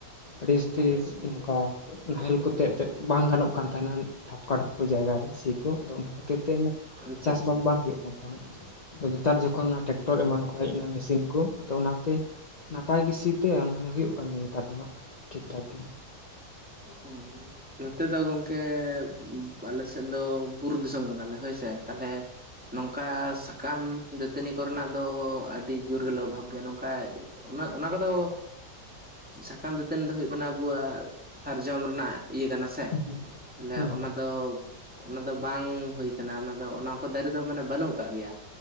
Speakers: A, on the left; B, in the centre.
A: ᱰᱤᱥᱠᱤᱥ ᱤᱱᱠᱟ ᱱᱟᱦᱮᱞ ᱠᱚᱛᱮ ᱮᱱᱮᱫ ᱵᱟᱝ ᱜᱟᱱᱚᱜ ᱠᱟᱱ ᱛᱟᱦᱮᱱᱟ ᱰᱷᱟᱯᱠᱟ ᱰᱷᱟᱯ ᱡᱟᱭᱜᱟᱮ ᱥᱤ ᱠᱚ ᱟ ᱠᱷᱟᱹᱛᱤᱨ ᱛᱮ ᱩᱱᱟᱹᱜ
B: ᱟᱪᱪᱷᱟ
A: ᱪᱟᱥ
B: ᱟᱪᱪᱷᱟ
A: ᱵᱟᱟᱥ ᱵᱟᱝ ᱦᱩᱭᱩᱜᱼᱟ ᱱᱟ ᱱᱮᱛᱟᱨ ᱡᱚᱠᱷᱚᱱ ᱚᱱᱟ ᱴᱨᱟᱠᱴᱚᱨ ᱮᱢᱟᱱ ᱠᱚ ᱦᱮᱡ ᱮᱱᱟ ᱢᱮᱥᱤᱱ ᱠᱚ ᱟᱫᱚ ᱚᱱᱟᱛᱮ ᱱᱟᱯᱟᱭ ᱜᱮ ᱥᱤ ᱛᱮ ᱢᱟᱱᱮ ᱦᱩᱭᱩᱜᱭ ᱠᱟᱱ ᱜᱮ ᱱᱮᱛᱟᱨ ᱫᱚ ᱦᱟᱜ ᱴᱷᱤᱠ ᱴᱷᱟᱠ ᱜᱮ᱾
B: ᱦᱳᱭ ᱱᱚᱛᱮ ᱫᱚ ᱜᱚᱢᱠᱮ ᱟᱞᱮ ᱥᱮᱫ ᱫᱚ ᱵᱩᱨᱩ ᱫᱤᱥᱚᱢ ᱠᱟᱱᱟᱞᱮ ᱦᱳᱭᱥᱮ, ᱛᱟᱦᱞᱮ ᱱᱚᱝᱠᱟ ᱥᱟᱠᱟᱢ ᱫᱟᱹᱛᱟᱹᱱᱤ ᱠᱚᱨᱮᱱᱟᱜ ᱫᱚ ᱟᱹᱰᱤ ᱡᱳᱨᱜᱮᱞᱮ ᱚᱵᱷᱟᱵ ᱜᱮᱭᱟ᱾ ᱱᱚᱝᱠᱟ ᱚᱱᱟ ᱠᱚᱫᱚ ᱥᱟᱠᱟᱢ ᱫᱟᱹᱛᱟᱹᱱ ᱫᱚ ᱦᱩᱭᱩᱜ ᱠᱟᱱᱟ ᱟᱵᱚᱣᱟᱜ ᱥᱟᱨᱡᱚᱢ ᱨᱮᱱᱟᱜ ᱤᱭᱟᱹ ᱠᱟᱱᱟ ᱥᱮ,
A: ᱦᱮᱸ
B: ᱛᱟᱦᱞᱮ
A: ᱦᱮᱸ
B: ᱚᱱᱟ ᱫᱚ ᱚᱱᱟ ᱫᱚ ᱵᱟᱝ ᱦᱩᱭ ᱠᱟᱱᱟ ᱚᱱᱟ ᱫᱚ ᱚᱱᱟ ᱠᱚ ᱫᱟᱨᱮ ᱫᱚ ᱢᱟᱱᱮ ᱵᱟᱹᱱᱩᱜ ᱟᱠᱟᱫ ᱜᱮᱭᱟ᱾